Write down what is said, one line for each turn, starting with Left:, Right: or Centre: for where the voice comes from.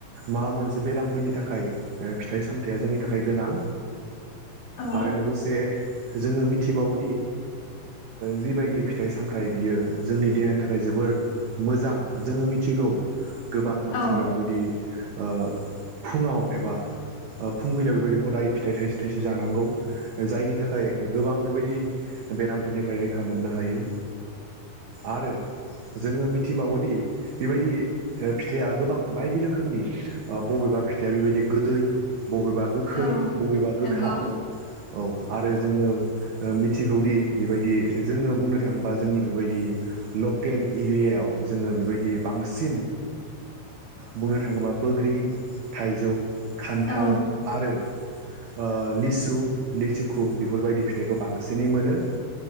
Right: माबा मोनसे बेरामफोरनि थाखाय फिथाइ सामथायाइया जोंनि थाखाय गोनां।
Left: औ
Right: आरो लोगोसे जोङो मिथिबावोदि
Left: <inaudible>
Right: जिबायदि फिथाइ सामथाइ बियो जोंनि देहानि थाखाय जोबोर मोजां। जोङो मिथिगौ गोबां मानसिफोरा
Left: औ
Right: बेबायदि ओ फुङाव एबा फुंबिलियाव बेबायदि हदाय फिथाइ थाइसे थाइसे जानांगौ जायनि थाखाय गोबां बेबायदि बेरामफोरनिफ्राय रैखा मोननो हायो आरो जोङो मिथिबावोदि बेबायदि फिथाइया गोबां बायदि रोखोमनि बबेबा बिा फिथाइया बेबायदि गोदै बबेबा गोखै
Left: औ
Right: बबेबा
Left: नंगौ
Right: गोखा औ आरो जोङो मिथिगौदि बेबायदि जोङो बुंनो थाङोबा जोंनि बेबायदि लकेल एरियायाव जोङो बेबायदि बांसिन बुंनो थाङोबा बोग्रि थाइजौ खान्थाल
Left: औ
Right: आरो लिसु लिसुखु बेफोरबायदि फिथाइखौ बांसिनै मोनो।